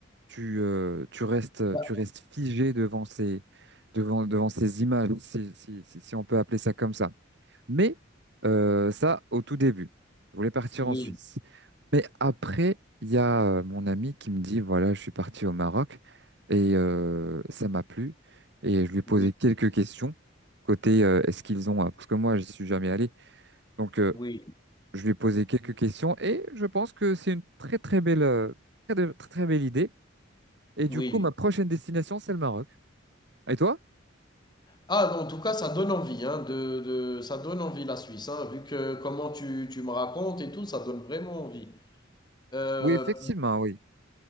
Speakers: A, on the right; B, on the left.
A: Tu, euh, tu restes,
B: Bah,
A: tu restes figé devant ces, devant, devant ces images, si, si, si, si on peut appeler ça comme ça. Mais euh, ça, au tout début, je voulais partir
B: oui,
A: en Suisse. Mais après, il y a euh, mon ami qui me dit, voilà, je suis parti au Maroc et euh, ça m'a plu. Et je lui ai posé
B: oui,
A: quelques questions côté euh, est-ce qu'ils ont, euh, parce que moi, je suis jamais allé. Donc, euh,
B: oui,
A: je lui ai posé quelques questions et je pense que c'est une très très belle, euh, très, de- très très belle idée. Et du
B: oui.
A: coup, ma prochaine destination, c'est le Maroc. Et toi?
B: Ah, en tout cas, ça donne envie, hein, de, de- ça donne envie la Suisse, hein, vu que comment tu, tu me racontes et tout, ça donne vraiment envie. Euh,
A: Oui, effectivement, oui.